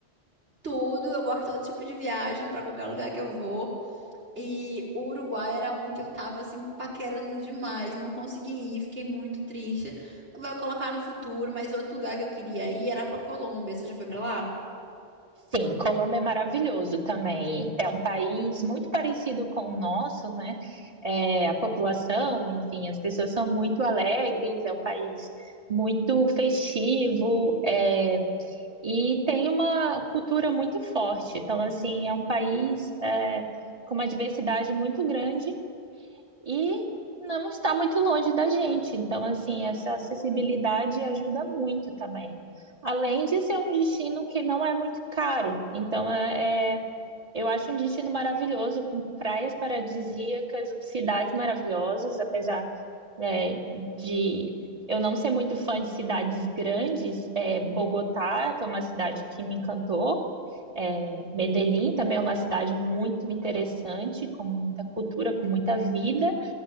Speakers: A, on the right; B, on the right.
A: tudo, eu gosto de todo tipo de viagem pra qualquer lugar que eu vou. E o Uruguai era um que eu tava assim paquerando demais, não consegui ir, fiquei muito triste. Vou colocar no futuro, mas outro lugar que eu queria ir era pra Colômbia. Você já foi pra lá?
B: Sim, Colômbia é maravilhoso também. É um país muito parecido com o nosso, né? É, a população, enfim, as pessoas são muito alegres, é um país muito festivo, é, e tem uma cultura muito forte. Então, assim, é um país é, com uma diversidade muito grande e não está muito longe da gente. Então, assim, essa acessibilidade ajuda muito também. Além de ser um destino que não é muito caro. Então, é, é eu acho um destino maravilhoso, com praias paradisíacas, cidades maravilhosas, apesar, né, de eu não ser muito fã de cidades grandes. É, Bogotá foi uma cidade que me encantou. É, Medellín também é uma cidade muito interessante, com muita cultura, com muita vida.